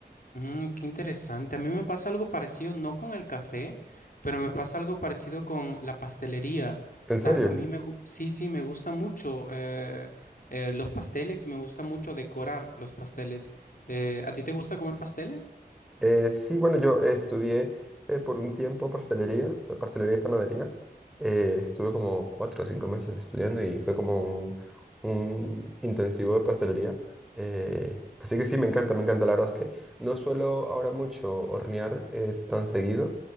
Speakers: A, on the left; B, in the centre.
A: Mm, qué interesante. A mí me pasa algo parecido, no con el café, pero me pasa algo parecido con la pastelería.
B: ¿En
A: Sabes,
B: serio?
A: a mí me, gu- sí, sí, me gusta mucho eh, eh, los pasteles y me gusta mucho decorar los pasteles. Eh, ¿a ti te gusta comer pasteles?
B: Eh, sí, bueno, yo eh, estudié eh, por un tiempo pastelería, o sea, pastelería y panadería. Eh, estuve como cuatro o cinco meses estudiando y fue como un, un intensivo de pastelería. Eh, así que sí, me encanta, me encanta. La verdad es que no suelo ahora mucho hornear eh, tan seguido